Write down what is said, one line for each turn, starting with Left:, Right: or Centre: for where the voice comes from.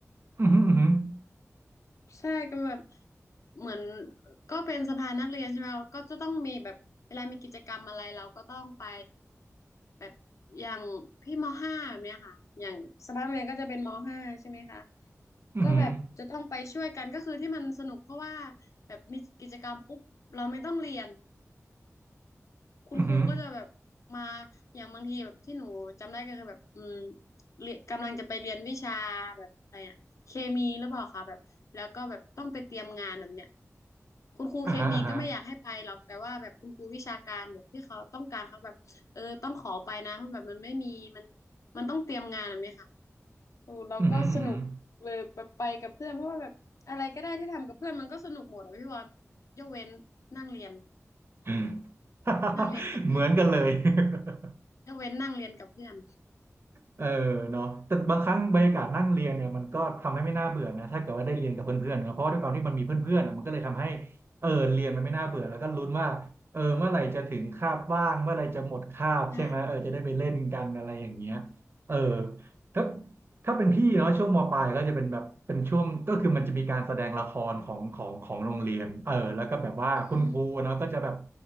Right: อือหืออือหือ
Left: ใช่ก็แบบเหมือนก็เป็นสภานักเรียนใช่ไหมก็จะต้องมีแบบเวลามีกิจกรรมอะไรเราก็ต้องไปแบบอย่างพี่มห้าแบบเนี้ยค่ะอย่างสภานักเรียนก็จะเป็นมห้าใช่ไหมคะ
Right: อือหือ
Left: ก็แบบจะต้องไปช่วยกันก็คือที่มันสนุกเพราะว่าแบบมีกิจกรรมปุ๊บเราไม่ต้องเรียน คุณครูก็จะแบบมา
Right: อือหือ
Left: อย่างบางทีแบบที่หนูจำได้ก็คือแบบอืมเรียนกำลังจะไปเรียนวิชาแบบอะไรอะเคมีหรือเปล่าคะแบบแล้วก็แบบต้องไปเตรียมงานแบบเนี้ยคุณครูเคมีก็ไม่อยากให้ไปหรอกแต่ว่าแบบคุณครูวิชาการแบบที่เขาต้องการเขาแบบเออต้องขอไปนะเพราะแบบมันไม่มีมัน
Right: อ่าฮะอ่าฮะ
Left: มันต้องเตรียมงานแบบนี้ค่ะโอ้เราก็สนุกเลยแบบไปกับเพื่อนเพราะว่าแบบอะไรก็ได้ที่ทำกับเพื่อนมันก็สนุกหมดอะพี่บอล
Right: อือหืออือหือ
Left: ยกเว้นนั่งเรียน
Right: อืม <laughs>
Left: นั่งเรียนกับเพื่อน
Right: เหมือนกันเลย <laughs>
Left: ยกเว้นนั่งเรียนกับเพื่อน
Right: เออเนาะแต่บางครั้งบรรยากาศนั่งเรียนเนี่ยมันก็ทำให้ไม่น่าเบื่อนะถ้าเกิดว่าได้เรียนกับเพื่อนๆเนอะเพราะว่าด้วยความที่มันมีเพื่อนๆอ่ะมันก็เลยทำให้เออเรียนมันไม่น่าเบื่อแล้วก็ลุ้นว่าเออเมื่อไหร่จะถึงคาบว่างเมื่อไหร่จะหมดคาบใช่ไหมเออจะได้ไปเล่นกันอะไรอย่างเงี้ย
Left: อ่
Right: เออถ้า ถ้าเป็นพี่เนาะช่วงมปลายก็จะเป็นแบบเป็นช่วงก็คือมันจะมีการแสดงละครของของของโรงเรียนเออแล้วก็แบบว่าคุณครูเนาะก็จะแบบ
Left: อืม